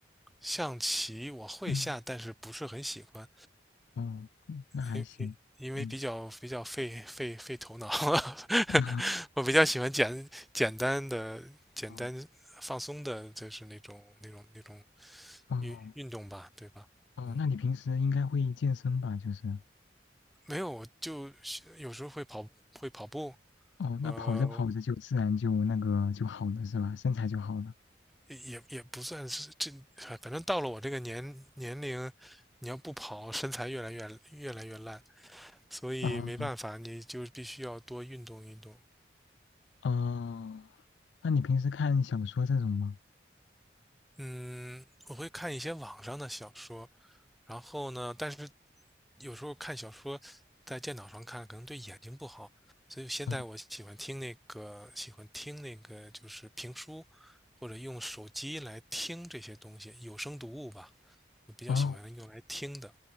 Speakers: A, in the centre; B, on the left (about 80°).
A: 象棋我会下，
B: 嗯，
A: 但是不是很喜欢，
B: 哦，嗯那还行。
A: 因因因为比较比较费费费头脑，
B: 嗯。
A: <laughs>
B: <laughs> POP
A: 我比较喜欢简简单的、简单放松的，
B: 哦
A: 就是那种那种那种
B: 哦
A: 运运动吧，对吧？
B: 哦，
A: 嗯，
B: 那你平时应该会健身吧？就是
A: 没有，我就有时候会跑会跑步，
B: 哦，那跑着跑着就自然就那个就好了是吧？
A: 呃，
B: 身材就好了
A: 也也不算是这，反正到了我这个年年龄，你要不跑，身材越来越越来越烂，所以没办法，
B: 啊
A: 你就必须要多运动运动。
B: 哦，那你平时看小说这种吗？
A: 嗯，我会看一些网上的小说，然后呢，但是有时候看小说在电脑上看可能对眼睛不好，所以现在我喜欢听那个喜欢听那个就是评书，
B: 啊
A: 或者用手机来听这些东西，有声读物吧，我比较喜欢用来听的，
B: 哦